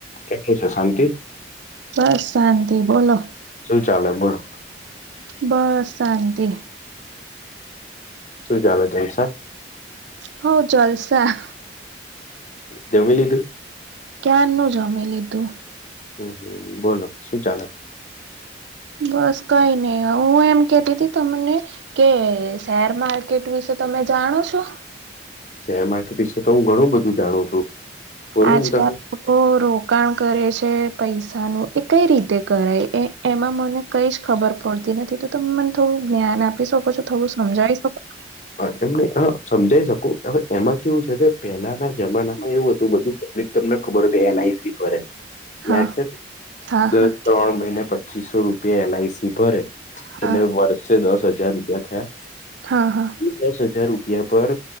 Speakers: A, on the left; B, on the right.
A: ક છે શાંતિ-
B: બસ શાંતિ બોલો
A: શું ચાલે બોલો-
B: બસ શાંતિ -
A: શું ચાલજમ સા-
B: હ જલસા-
A: જમીલધું-
B: ક્યાર ન જમી લીધું-
A: હમ હમ બોલો શું ચાલે-
B: બસ કઈ નહી હવે હું એમ કતી ત તમને- કે શેર માર્કેટ વિશે તમે જાણો છો-
A: શેર માર્કેટ વિશે તો હું ઘણું બધું જાણું છું. બોલો
B: આજકાલ-
A: ને તમે
B: ઓ રોકાણ કરે છે પૈસાનું એ કઈ રીતે કરાય એ એમાં મને- કઈ જ ખબર પડતી નથી તો તમે મને થોડું જ્ઞાન આપી શકો છો થોડું સમજાવી શકો છો-
A: હ એમને હા સમજાઈ શકું હવે એમાં કેવું છે કે પહેલાના જમાનામાં એવું- તો બધું પબ્લિક- તમને ખબર હો એલઆઈસી પર યાદ
B: હા
A: છે
B: હા
A: દસ
B: હા
A: ત્રણ મહિના પછી- પચીસો રૂપિયા એલઆઈસી ભરે
B: હા
A: એટલે વર્ષે દસ હજાર રૂપિયા થયા-
B: હા હા-
A: દસ હજાર રૂપિયા પર